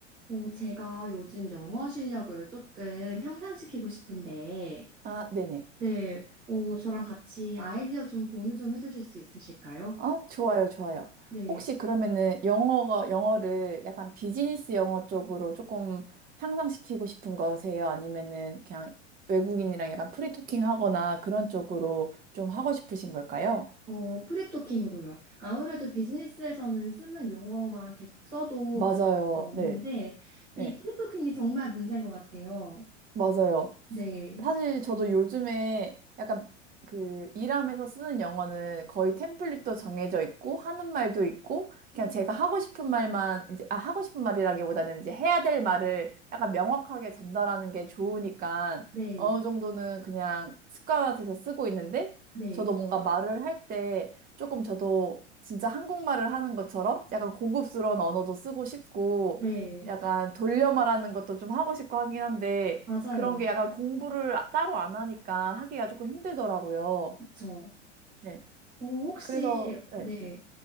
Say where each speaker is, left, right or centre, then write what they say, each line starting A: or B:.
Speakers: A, on the right; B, on the right.
A: 어, 제가 요즘 영어 실력을 조금 향상시키고 싶은데,
B: 아, 네네.
A: 네, 어, 저랑 같이 아이디어 좀 공유 좀 해주실 수 있으실까요?
B: 아, 좋아요, 좋아요.
A: 네,
B: 혹시 그러면은 영어가, 영어를 약간 비즈니스 영어 쪽으로 조금 향상시키고 싶은 거세요? 아니면은 그냥 외국인이랑 약간 프리토킹 하거나 그런 쪽으로 좀 하고 싶으신 걸까요?
A: 어, 프리토킹으로요. 아무래도 비즈니스에서는 쓰는 용어만 계속 써도
B: 맞아요.
A: 큰 문제는 없는데,
B: 네. 네.
A: 이 프리토킹이 정말 문제인 것 같아요.
B: 맞아요.
A: 네,
B: 사실 저도 요즘에 약간 그 일하면서 쓰는 영어는 거의 템플릿도 정해져 있고 하는 말도 있고 그냥 제가 하고 싶은 말만 이제 아 하고 싶은 말이라기보다는 이제 해야 될 말을 약간 명확하게 전달하는 게 좋으니까
A: 네,
B: 어느 정도는 그냥 습관화돼서 쓰고 있는데
A: 네,
B: 저도 뭔가 말을 할 때 조금 저도 진짜 한국말을 하는 것처럼 약간 고급스러운 언어도 쓰고 싶고
A: 네,
B: 약간 돌려 말하는 것도 좀 하고 싶고 하긴 한데
A: 맞아요.
B: 그런 게 약간 공부를 아- 따로 안 하니까 하기가 조금 힘들더라고요.
A: 그쵸.
B: 네.
A: 어, 혹시,
B: 그래서, 네.
A: 네,